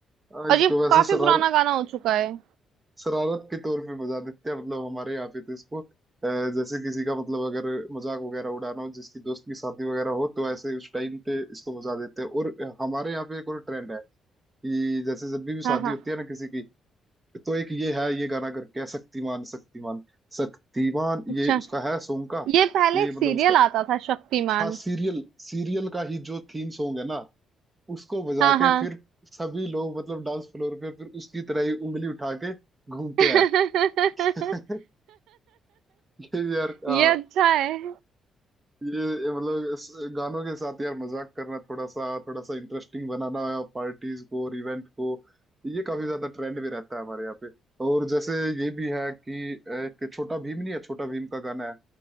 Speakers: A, on the right; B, on the right.
A: हाँ,
B: और
A: इसको
B: ये
A: वैसे
B: काफी
A: शरारत
B: पुराना गाना हो चुका है
A: शरारत के तौर पे बजा देते हैं मतलब हमारे यहाँ पे तो इसको अ, जैसे किसी का मतलब अगर मजाक वगैरह उड़ाना हो जिसकी दोस्त की शादी वगैरह हो तो ऐसे उस टाइम पे इसको बजा देते हैं और हमारे यहाँ पे एक और ट्रेंड है कि जैसे जब भी भी शादी
B: हाँ हाँ
A: होती है ना किसी की तो एक ये है ये गाना करके है शक्तिमान शक्तिमान शक्तिमान
B: अच्छा
A: ये उसका है सॉन्ग का
B: ये पहले
A: ये
B: एक
A: मतलब
B: सीरियल
A: उसका
B: आता था शक्तिमान
A: हाँ सीरियल सीरियल का ही जो थीम सॉन्ग है ना उसको बजा
B: हाँ हाँ
A: के फिर सभी लोग मतलब डांस फ्लोर पे फिर उसकी तरह ही उंगली उठा के घूमते
B: <laughs>
A: हैं <laughs> ये भी यार हाँ।
B: ये अच्छा है
A: ये ये मतलब इस गानों के साथ यार मजाक करना थोड़ा सा थोड़ा सा इंटरेस्टिंग बनाना पार्टीज को और इवेंट को ये काफी ज्यादा ट्रेंड में रहता है हमारे यहाँ पे और जैसे ये भी है कि एक छोटा भीम नहीं है छोटा भीम का गाना है